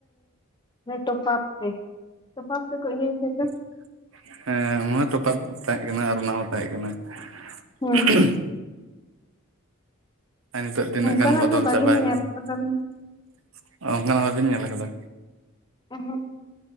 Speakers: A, on the left; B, on the right.
A: ᱴᱚᱯᱯ ᱨᱮ <unintelligible> ᱛᱚᱯᱟᱯ ᱛᱮ ᱠᱚ ᱤᱛᱟᱹ ᱛᱟᱦᱮᱽ ᱫᱚ᱾
B: <inaudible> ᱦᱮᱸ ᱚᱱᱟ ᱛᱚ ᱯᱟᱯ ᱛᱟᱦᱮᱸ ᱠᱟᱱᱟ ᱟᱨ ᱚᱱᱟ ᱦᱚᱸ ᱛᱟᱦᱮᱸ ᱠᱟᱱᱟ
A: ᱦᱩᱸ
B: <unintelligible> ᱟᱨ ᱱᱤᱛᱚᱜ ᱛᱤᱱᱟᱹᱜ
A: ᱚᱱᱠᱟᱱᱟᱜ
B: ᱜᱟᱱ ᱵᱚᱫᱚᱞ
A: ᱫᱚ ᱵᱟᱹᱞᱤᱧ
B: ᱪᱟᱵᱟᱭᱮᱱᱟ
A: ᱧᱮᱞ ᱠᱟᱫᱟ
B: ᱾ ᱚᱱᱠᱟᱱᱟᱜ ᱵᱟᱵᱮᱱ ᱧᱮᱞ ᱠᱟᱫᱟ?
A: ᱮᱦᱮᱸᱜ